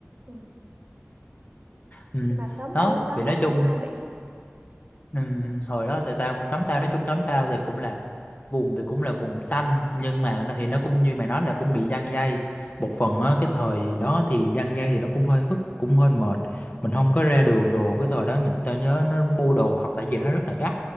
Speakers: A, on the right; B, on the left.
A: ừ.
B: ừ.
A: Nhưng mà sớm
B: đó
A: tao lúc đó
B: vì
A: là
B: nói chung
A: không ai bị hết
B: Ừ, hồi đó thì tao xóm tao nói chung xóm tao thì cũng là vùng thì cũng là vùng xanh nhưng mà nó thì nó cũng như mày nói là cũng bị giăng dây một phần á cái thời đó thì giăng dây thì nó cũng hơi phức cũng hơi mệt mình không có ra đường đồ cái thời đó mình tao nhớ nó mua đồ hoặc là gì đó rất là gắt